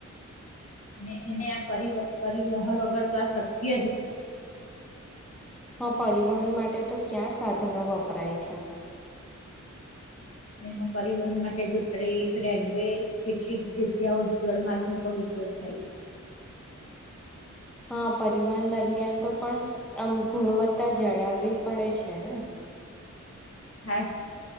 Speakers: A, on the left (about 50°); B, in the centre.
A: અને એને આ પર પરિવહન વગર તો આ શક્ય જ
B: હા પરિવહન માટે તો ક્યાં સાધનો વપરાય છે.
A: એમાં પરિવહન માટે જો ટ્રેક, રેલવે કેટલીક જગ્યાઓ જળ માર્ગનો પણ ઉપયોગ થાય છે.
B: હા પરિવહન દરમિયાન તો પણ આમ ગુણવત્તા જળાવવી પડે છે ને.
A: ખાસ